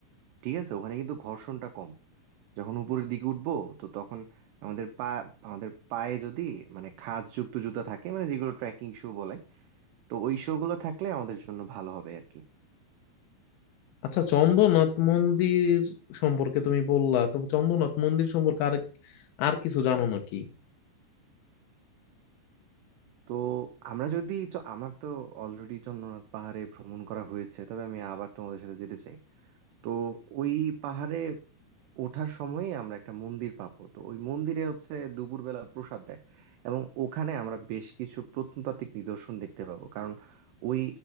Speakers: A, on the right; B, on the left.
A: ঠিক আছে ওখানে কিন্তু ঘর্ষণটা কম যখন উপরের দিকে উঠবো তো তখন আমাদের পা আমাদের পায়ে যদি মানে খাঁজযুক্ত জুতা থাকে মানে যেগুলো ট্রেকিং শু বলে তো ওই শু গুলো থাকলে আমাদের জন্য ভালো হবে আর কি
B: আচ্ছা চন্দ্রনাথ মন্দির সম্পর্কে তুমি বললা তো চন্দ্রনাথ মন্দির সম্পর্কে আর আর কিছু জানো নাকি
A: তো আমরা যদি চ- আমার তো অলরেডি চন্দ্রনাথ পাহাড়ে ভ্রমণ করা হয়েছে তবে আমি আবার তোমাদের সাথে যেতে চাই তো ওই পাহাড়ে ওঠার সময়ই আমরা একটা মন্দির পাবো তো ওই মন্দিরে হচ্ছে দুপুরবেলা প্রসাদ দেয় এবং ওখানে আমরা বেশ কিছু প্রত্নতাত্ত্বিক নিদর্শন দেখতে পাবো কারণ ওই